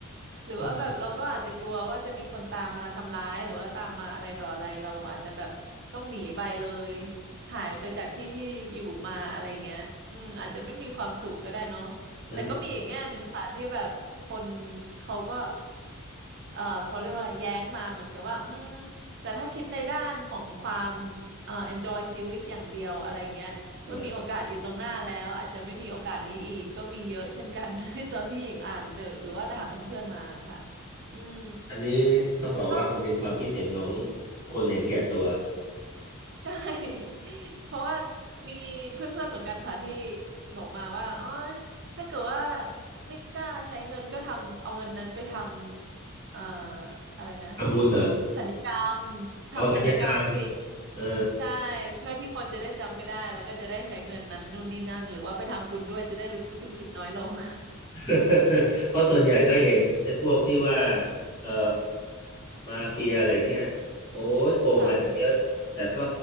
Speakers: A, on the right; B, on the left.
A: หรือว่าแบบเราก็อาจจะกลัวว่าจะมีคนตามมาทำร้ายหรือว่าตามมาอะไรต่ออะไรเราอาจจะแบบต้องหนีไปเลย
B: ก็
A: หายไปจากที่ที่อยู่มาอะไรเงี้ยอืมอาจจะไม่มีความสุขก็ได้เนาะ
B: มัน
A: แต่ก็มีอีกแง่หนึ่งค่ะที่แบบคนเขาก็เอ่อเขาเรียกว่าอะไรแย้งมาเหมือนกับว่าอืมแต่ถ้าคิดในด้านของความเอ่อ enjoy ชีวิตอย่างเดียวอะไรเงี้ย
B: เออ
A: เมื่อมีโอกาสอยู่ตรงหน้าแล้วอาจจะไม่มีโอกาสนี้อีกก็มีเยอะเช่นกัน <laughs> ในตอนที่หญิงอ่านเดอะหรือว่าถามเพื่อนๆมาค่ะอืม
B: อันนี้ต้องบอกว่ามันเป็นความคิดเห็นของ
A: <laughs> ก็
B: คนเห็นแก่ตัว
A: ใช่ <laughs> เพราะว่ามีเพื่อนๆเหมือนกันค่ะที่บอกมาว่าอ๋อถ้าเกิดว่าไม่กล้าใช้เงินก็ทำเอาเงินนั้นไปทำเอ่ออะไรนะ
B: ทำบุญเหรอ
A: สัญญกรรมทำสัญญกรรมสิ
B: อ๋อสัญญากรรมเออ
A: ใช่เพื่อที่คนจะได้จำไม่ได้แล้วก็จะได้ใช้เงินนั้นนู่นนี่นั่นหรือว่าไปทำบุญด้วยจะได้รู้สึกผิดน้อยลง <laughs>
B: <laughs> เพราะส่วนใหญ่ก็เห็นไอ้พวกที่ว่าเอ่อมาเฟียอะไรเงี้ยโอ้ยโกงมาตั้งเยอะแต่ก็
A: ค่ะ